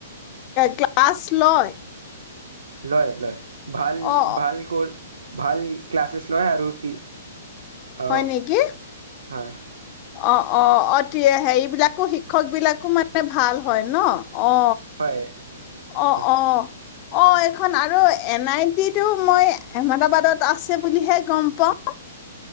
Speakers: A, on the left; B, on the right.
A: ক্লাছ লয়
B: লয় লয় ভাল
A: অ
B: ভাল কৰ ভাল ক্লাছেছ লয় আৰু টি আহ,
A: হয় নেকি
B: হয়
A: অ অ অতি হেৰিবলাকো শিক্ষক বিলাকো মানে ভাল হয় ন অ
B: হয়
A: অ
B: হয়
A: অ অ এইখন আৰু এন আই টিটো মই আহমেদাবাদত আছে বুলিহে গম পাওঁ